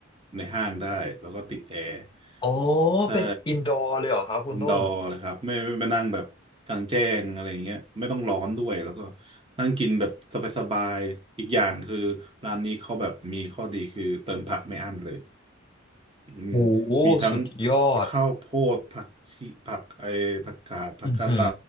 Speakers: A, on the right; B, on the left.
A: ในห้างได้แล้วก็ติดแอร์
B: อ๋อ
A: ใช่
B: เป็นอินดอร์เลยเหรอครับคุณต้น
A: อินดอร์นะครับไม่ไม่ไปนั่งแบบกลางแจ้งอะไรอย่างเงี้ยไม่ต้องร้อนด้วยแล้วก็นั่งกินแบบสบายๆอีกอย่างคือร้านนี้เขาแบบมีข้อดีคือเติมผักไม่อั้นเลย อืม
B: โอ้โหสุดยอด
A: มีทั้งข้าวโพดผักชีผักไอผักกาดผักกะหล่
B: อือหือ